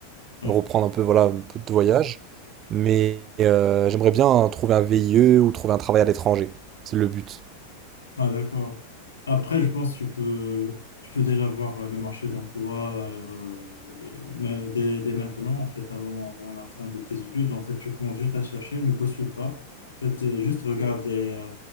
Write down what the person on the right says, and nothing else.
reprendre un peu, voilà, un peu de voyage. Mais euh, j'aimerais bien trouver un VIE ou trouver un travail à l'étranger. C'est le but.